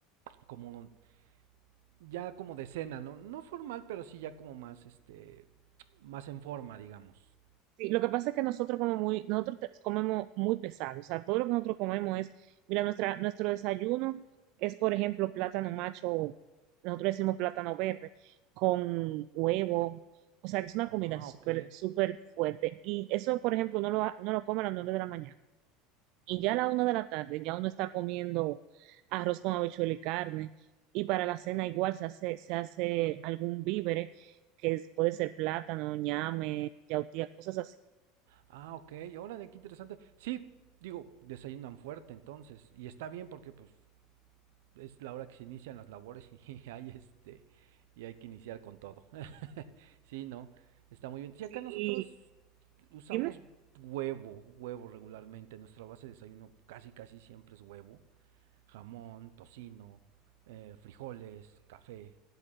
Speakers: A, on the right; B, on the right.
A: como, ya como de cena, ¿no? No formal, pero sí ya como más, este, más en forma, digamos.
B: Sí, lo que pasa es que nosotros como muy, nosotros te- comemos muy pesado, o sea, todo lo que nosotros comemos es, mira, nuestra, nuestro desayuno es, por ejemplo, plátano macho, nosotros decimos plátano verde, con huevo, o sea, que es una
A: Ah,
B: comida súper,
A: ok.
B: súper fuerte. Y eso, por ejemplo, uno lo, ha- uno lo come a las nueve de la mañana. Y ya
A: De-
B: a la una de la tarde, ya uno está comiendo arroz con habichuela y carne. Y para la cena igual se hace, se hace algún vívere, que es- puede ser plátano, ñame, yautía, cosas así
A: Ah, ok, órale, qué interesante. Sí, digo, desayunan fuerte entonces. Y está bien porque, pues, es la hora que se inician las labores <laughs> y hay este y hay que iniciar con todo. <laughs> sí, no, está muy bien. Si
B: Sí,
A: acá nosotros
B: y
A: usamos
B: dime,
A: huevo, huevo regularmente, nuestra base de desayuno casi casi siempre es huevo, jamón, tocino, eh, frijoles, café,